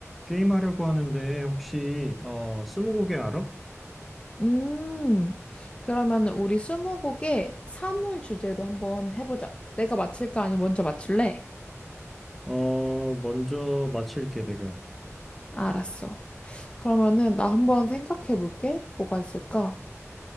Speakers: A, in the centre; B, on the left.
A: 게임하려고 하는데 혹시 어 스무고개 알아?
B: 음, 그러면은 우리 스무고개 사물 주제로 한번 해보자. 내가 맞힐까? 아니, 먼저 맞출래?
A: 어 먼저 맞힐게 내가.
B: 알았어. 그러면은 나 한번 생각해 볼게. 뭐가 있을까?